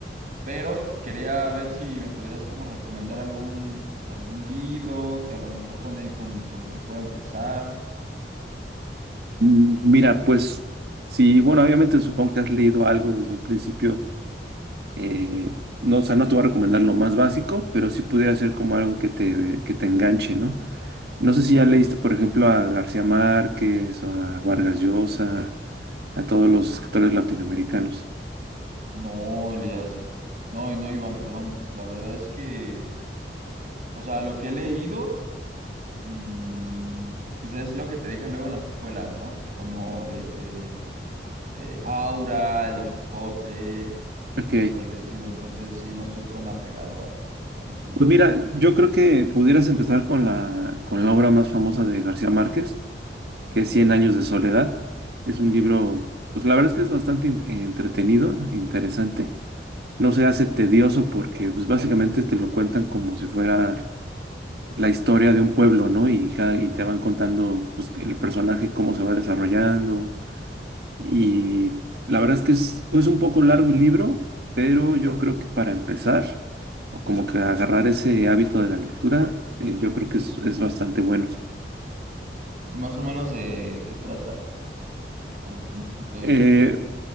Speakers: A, on the right; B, on the right.
A: Pero quería ver si me pudieras como recomendar algún, algún libro que a lo mejor con el, con, con el que pueda empezar.
B: Mm, Mira, pues sí, bueno, obviamente supongo que has leído algo desde un principio. eh, no, o sea, no te voy a recomendar lo más básico, pero sí pudiera ser como algo que te, que te enganche, ¿no? No sé
A: Exacto.
B: si ya leíste, por ejemplo, a García Márquez o a Vargas Llosa, a todos los escritores latinoamericanos.
A: No, Elías. No, no, Iván, perdón. La verdad es que... O sea, lo que he leído, mm, pues es lo que te dejan luego en las escuelas, ¿no? O sea, como de que eh, Aura, el Don Quijote,
B: Ok.
A: cosas por el estilo. Entonces, sí, no soy tan apegado a, a los libros.
B: Pues mira, yo creo que pudieras empezar con la, con la obra más famosa de García Márquez, que
A: Ok.
B: es
A: ¿Y
B: Cien años de soledad. Es un libro, pues la verdad es que es bastante in- entretenido, interesante. No se hace tedioso porque pues básicamente te lo cuentan como si fuera la historia de un pueblo, ¿no? Y, cada, y te van contando pues, el personaje, cómo se va desarrollando, y la verdad es que es, es un poco largo el libro, pero yo creo que para empezar, o como que agarrar ese hábito de la lectura, eh, yo creo que es, es bastante bueno.
A: más o menos de qué trata? O sea, un poquito ahí
B: Eh,
A: en general.